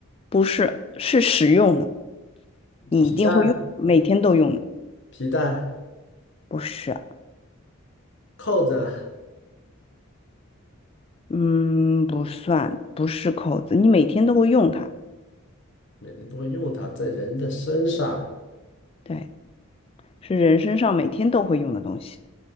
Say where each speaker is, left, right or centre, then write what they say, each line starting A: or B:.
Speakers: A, on the left (about 25°); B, on the left (about 55°).
A: 不是是实用的？你一定会用，
B: 皮带、
A: 每天都用的。
B: 皮带、
A: 不是，
B: 扣子，
A: 嗯，不算，不是口子，你每天都会用它，
B: 每天都会用它，在人的身上。
A: 对，是人身上每天都会用的东西，